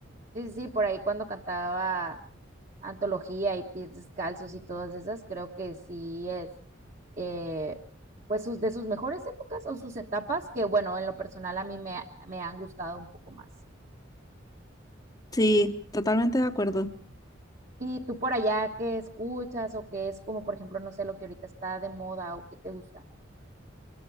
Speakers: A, on the right (about 40°); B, on the left (about 20°).
A: Sí, sí, sí, por ahí cuando cantaba Antología y Pies Descalzos y todas esas, creo que sí es, eh, pues, sus, de sus mejores épocas o sus etapas, que bueno, en lo personal a mí me, me han gustado un poco más.
B: Sí, totalmente de acuerdo.
A: ¿Y tú por allá qué escuchas o qué es como, por ejemplo, no sé, lo que ahorita está de moda o qué te gusta?